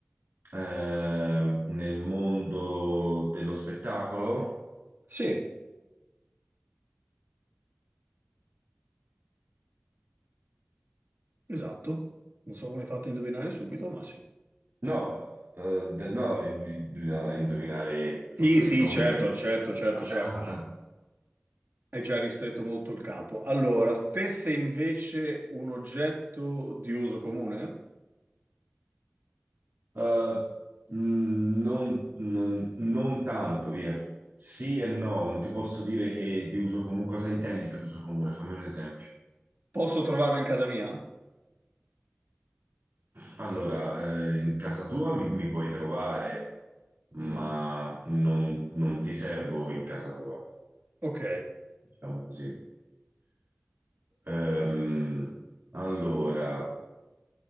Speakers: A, on the right; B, on the right.
A: ehm, nel mondo dello spettacolo?
B: Sì, esatto. Non so come hai fatto a indovinare subito, ma sì.
A: No, eh, de- no, i- i- bisogna indovinare proprio
B: Sì, sì,
A: il nome.
B: certo, certo, certo,
A: Ma certo,
B: però
A: Ah, certo.
B: hai già ristretto molto il campo. Allora, te sei invece un oggetto di uso comune?
A: ah. Eh, mm, non, non- non tanto, via. Sì e no, non ti posso dire che di uso comune. Cosa intendi per uso comune? Fammi un esempio.
B: Posso trovarlo in casa mia?
A: Allora, eh, in casa tua mi, mi puoi trovare, ma
B: Mm,
A: non, non ti servo in casa tua.
B: Ok.
A: Diciamo così. Ehm, allora.